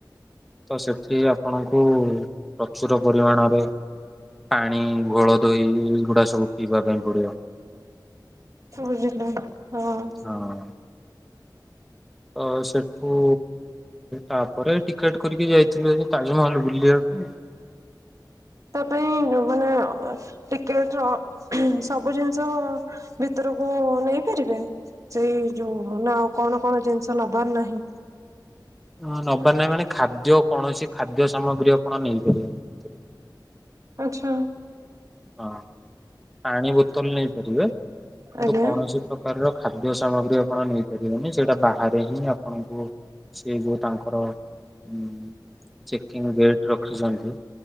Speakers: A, in the centre; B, on the right.
A: ତ ସେଠି ଆପଣଙ୍କୁ ପ୍ରଚୁର ପରିମାଣରେ। ପାଣି ଘୋଳ ଦହି ଏଇଗୁଡା ସବୁ ପିଇବା ପାଇଁ ପଡିବ
B: ବୁଝିଲି ହଁ।
A: ହଁ ତ ସେଠୁ ତାପରେ ଟିକେଟ କରିକି ଯାଇଥିଲୁ ଏ ତାଜମହଲ ବୁଲିବା ପାଇଁ
B: ତା ପାଇଁ ମାନେ ଟିକେଟ ର ସବୁ ଜିନିଷ। ଭିତରକୁ ନେଇପାରିବେ ସେଇ ଯୋଉ ନା ଆଉ କଣ କଣ ଜିନିଷ ନବାର ନାହିଁ
A: ହ ନବାର ନାହିଁ ମାନେ ଖାଦ୍ୟ କୌଣସି ଖାଦ୍ୟ ସାମଗ୍ରୀ ଆପଣ ନେଇପାରିବେନି। ଭିତରକୁ।
B: ଆଛା
A: ହଁ ପାଣି ବୋତଲ ନେଇପାରିବେ କିନ୍ତୁ
B: ଆଜ୍ଞା
A: କୌଣସି ପ୍ରକାରର ଖାଦ୍ୟ ସାମଗ୍ରୀ ଆପଣ ନେଇପାରିବେନି ସେଇଟା ବାହାରେ ହିଁ ଆପଣଙ୍କୁ ସେ ଯୋଉ ତାଙ୍କର ଉ ଚେକିଂ ଗେଟ ରଖିଛନ୍ତି।